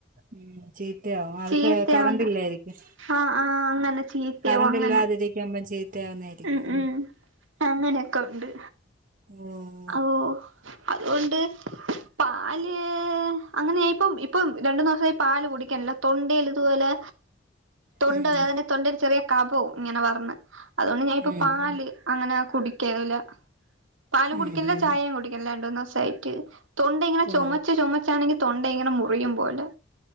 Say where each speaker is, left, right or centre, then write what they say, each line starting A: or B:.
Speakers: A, on the right; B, on the right.
A: ഉം ചീത്തയാവും അത്പ്പെ
B: ചീത്തയാണ്
A: കറണ്ട്ല്ലായിരിക്കും
B: ആഹ് ആ് അങ്ങനെ ചീത്തയാവും
A: കറണ്ട്ല്ലാതിരിക്കുമ്പം
B: അങ്ങനെ
A: ചീത്തായാവുന്നായിരിക്കും
B: ഉം ഉം അങ്ങനെയൊക്കെ ഉണ്ട്
A: ഓഹ്
B: ഓഹ് അതുകൊണ്ട് പാല് അങ്ങനെയിപ്പം ഇപ്പം രണ്ട്ന്നൂസായി പാല് കുടിക്കണില്ല തൊണ്ടയില്തുപോലെ തൊണ്ട
A: ഉം
B: വേദനം തൊണ്ടേൽ ചെറിയ കഫോം ഇങ്ങനെവർണ് അതുകൊണ്ട് ഞാനിപ്പ
A: ഉം
B: പാല് അങ്ങനെ കുടിക്കലില്ല പാല് കുടി
A: ഉം ഉം
B: <inaudible> കുടിക്ക്ണില്ലാ രണ്ട് മൂന്നോസായ്ട്ട് തൊണ്ടയിങ്ങനെ
A: ഓ
B: ചൊമച്ച് ചൊമച്ചാണെങ്കി തൊണ്ടയിങ്ങനെ മുറിയും പോലെ.